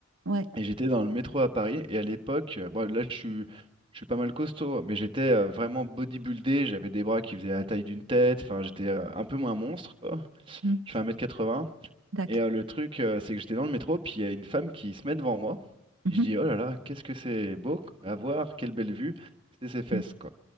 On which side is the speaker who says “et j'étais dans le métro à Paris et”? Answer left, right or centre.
Right